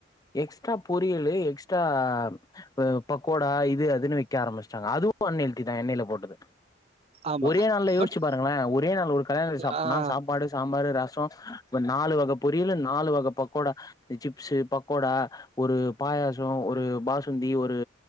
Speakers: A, on the left (about 20°); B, on the right (about 30°).
A: எக் எக்ஸ்ட்ரா பொரியலு எக்ஸ்ட்ரா ஹ பக்கோடா இது அதுன்னு விக்க ஆரம்பிச்சுட்டாங்க அதுவும் அன் ஹெல்த்தி தான் எண்ணெயில போட்டது
B: ஆமா
A: ஒரே நாள்ல யோசிச்சு
B: பட்
A: பாருங்களேன் ஒரே நாள் ஒரு கல்யாண சாப்பிட்டனா
B: ஆ
A: சாப்பாடு சாம்பார் ரசம் இப்ப நாலு வகைப்ப புரியலேன்னா நாலு வகை பக்கோடா சிப்சு பக்கோடா ஒரு பாயாசம் ஒரு ஒரு பாசுந்தி ஒரு